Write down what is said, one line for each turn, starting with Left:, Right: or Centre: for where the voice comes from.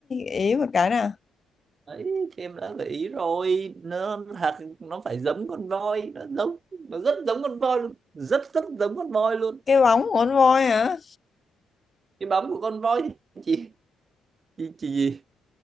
Left: gợi ý một cái nào.
Right: ấy thì em đã gợi ý rồi nó thật nó phải giống con voi nó giống nó rất giống con voi luôn rất rất giống con voi luôn
Left: Cái bóng của con voi hả?
Right: cái bóng của con voi thì chị chị chỉ gì